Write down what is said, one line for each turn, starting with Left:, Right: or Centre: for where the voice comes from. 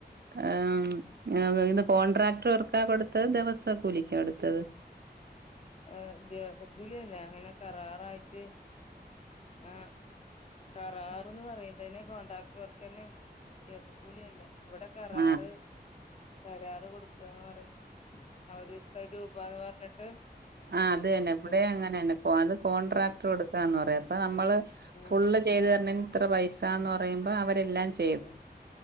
Right: ആഹ് ഇത് കോൺട്രാക്ട് വർക്കാ കൊടുത്തത് ദിവസ കൂലിക്കാ കൊടുത്തത്
Left: ഏഹ് ദിവസക്കൂലി അല്ല അങ്ങനെ കരാറായിട്ട് ആഹ് കരാറ്ന്ന് പറയുന്നന്നെ കോണ്ടട്രാക്ടർ വർക്കന്നെ ദിവസകൂല്യല്ല. ഇവിടെ കരാറ്
Right: ആഹ്
Left: കരാറ് കൊടുക്കാന്ന് പറയും. അവര് ഇത്ര രൂപാന്ന് പറഞ്ഞിട്ട്.
Right: ആഹ് അതന്നെ
Left: അത് കൊടുക്ക
Right: ഇവിടെ അങ്ങനെന്നെ അത് കോൺട്രാക്ടറോട്.
Left: ഉം
Right: ന്ന് പറയാ അപ്പ നമ്മള്
Left: ഉം
Right: ഫുള്ള് ചെയ്ത് തരണേന് ഇത്ര പൈസ എന്ന് പറയുമ്പോ അവരെല്ലാം. ച്
Left: ഉം